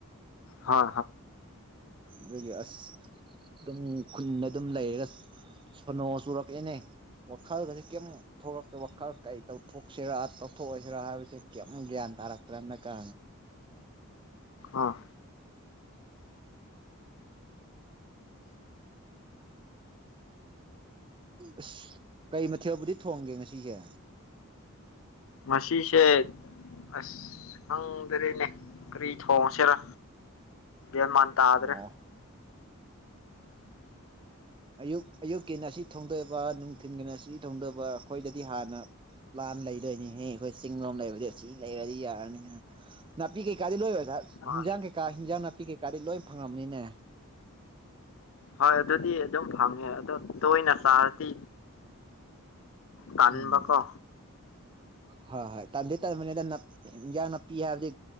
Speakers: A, on the left; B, on the right.
A: ꯍ
B: ꯂꯩꯒꯤ ꯑꯁ ꯑꯗꯨꯝ ꯈꯨꯟꯗ ꯑꯗꯨꯝ ꯂꯩꯔꯒ ꯁꯣꯅꯣ ꯆꯨꯔꯛꯑꯦꯅꯦ ꯋꯥꯈꯜꯒꯁ ꯀꯩꯝ ꯊꯣꯛꯂꯛꯇꯀꯦ ꯋꯥꯈꯜ ꯀꯩ ꯇꯧꯊꯣꯛꯁꯤꯔꯥ ꯇꯧꯊꯣꯛꯑꯁꯤꯔꯥ ꯍꯥꯏꯕꯁꯤ ꯀꯔꯤꯝ ꯒ꯭ꯌꯥꯟ ꯇꯔꯛꯇꯔꯅ ꯀ
A: ꯑꯥ
B: ꯑꯁ ꯀꯩ ꯃꯊꯦꯜꯕꯨꯗꯤ ꯊꯣꯡꯒꯦ ꯉꯁꯤꯁꯦ
A: ꯃꯁꯤꯁꯤꯁꯦ ꯑꯁ ꯈꯪꯗꯔꯦꯅꯦ ꯀꯔꯤ ꯊꯣꯡꯉꯁꯤꯔ ꯦꯃ ꯇꯗ꯭ꯔꯦ
B: ꯑꯣ
A: <inaudible>
B: ꯑꯌꯨꯛ ꯑꯌꯨꯛꯀꯤꯅ ꯑꯁꯤ ꯊꯣꯡꯗꯣꯏꯕ ꯅꯨꯡꯊꯤꯟꯒꯤꯅ ꯁꯤ ꯊꯣꯡꯗꯣꯏꯕ ꯑꯩꯈꯣꯏꯗꯗꯤ ꯍꯥꯟꯅ ꯂꯩꯗꯣꯏꯅꯤꯍꯦ ꯑꯩꯈꯣꯏ ꯆꯤꯡ ꯂꯣꯝ ꯂꯩꯔꯗꯤ ꯑꯁꯤ ꯂꯩꯔꯗꯤ ꯌꯥꯔꯅꯤ ꯅꯥꯄꯤ ꯀꯩꯀꯥꯗꯤ ꯂꯣꯏ ꯗ
A: ꯍꯣꯏ
B: ꯍꯤꯟꯖꯥꯡ ꯀꯩꯀꯥ ꯍꯤꯟꯖꯥꯡ ꯅꯥꯄꯤ ꯀꯩꯀꯥꯗꯤ ꯂꯣꯏ ꯐꯪꯉꯃꯅꯤꯅꯦ
A: ꯍꯣꯏ ꯑꯗꯨꯗꯤ ꯑꯗꯨꯝ ꯐꯪꯉꯦ ꯑꯗꯣ ꯇꯣꯏꯅ ꯆꯥꯔꯗꯤ ꯇꯥꯟꯕꯀꯣ
B: ꯎꯝ ꯍꯣꯏ ꯍꯣꯏ ꯇ ꯇ ꯌꯥ ꯅꯅꯥꯄꯤ ꯍꯥꯏꯕ